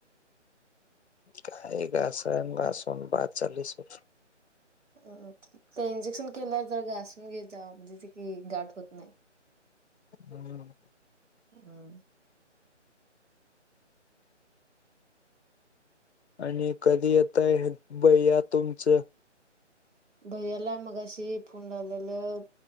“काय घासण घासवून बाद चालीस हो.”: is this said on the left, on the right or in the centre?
Left